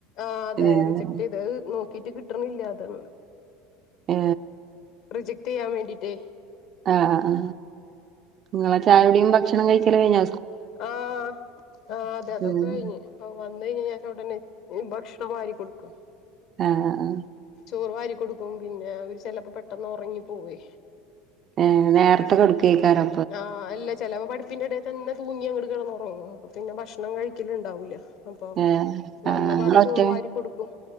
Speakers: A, on the left; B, on the right.
A: ആ അതെ
B: ഏഹ്
A: റിജക്ട് ചെയ്തു മ് ടിക്കറ്റ് കിട്ടണില്ല അതന്ന്
B: ഏ
A: റിജക്ട് ചെയ്യാൻ വേണ്ടിയിട്ടേ
B: ആഹ ആ നിങ്ങളെ ചായടിയും ഭക്ഷണം കഴിക്കലൊക്കെ കഴിഞ്ഞ
A: ആഹ ആ അതെ അതൊക്കെ
B: ഉം
A: കഴിഞ്ഞ് ആ വന്ന കഴിഞ്ഞാ ഞാനവിടന്നെ ഭക്ഷണം വാരി കൊടുക്കോ
B: ആഹ ആ
A: ചോറ് വാരി കൊടുക്കും പിന്നെ അവര് ചെലപ്പോ പെട്ടന്ന് ഉറങ്ങി പോവേ
B: ഏ നേരത്തെ കെടുക്കയിക്കാരോ
A: ആഹ് അല്ല ചിലവ് പഠിപ്പിന്റെടേൽ തന്നെ തൂങ്ങിയങ്ങടു കിടന്ന് ഉറങ്ങും അപ്പൊ പിന്നെ ഭക്ഷണം കഴിക്കല ഉണ്ടാവില്ല അപ്പൊ
B: ഏഹ് ആഹ്
A: വന്നപാടെ
B: ഇങ്ങളൊറ്റ
A: ചോറ് വാരി കൊടുക്കും